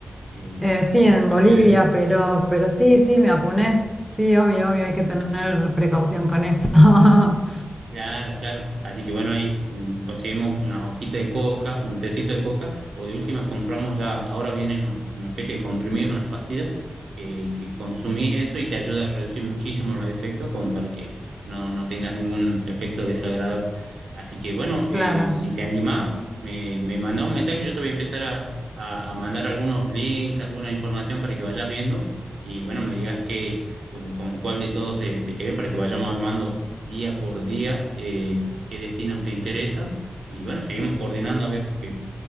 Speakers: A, on the right; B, in the centre.
A: eh,
B: Eh, sí, en
A: te
B: Bolivia,
A: puede,
B: pero, pero sí, sí, me apuné. Sí, obvio, obvio, hay que tener precaución con eso. <laughs>
A: Claro, claro. Así que bueno, ahí mm, conseguimos una hojita de coca, un tecito de coca, o de últimas compramos ya, ahora vienen lo- una especie de comprimido, unas pastillas, que, que consumís eso y te ayuda a reducir muchísimo los efectos, como para que no, no tengas ningún efecto desagradable. Así que bueno, eh,
B: Claro.
A: si te animás, me, me mandá un mensaje, yo te voy a empezar a, a- a mandar algunos links, alguna información para que vayas viendo, y bueno, me digas que con, con cuál de todos te, te querés para que vayamos armando día por día eh, qué destinos te interesan. Y bueno, seguimos coordinando a ver, porque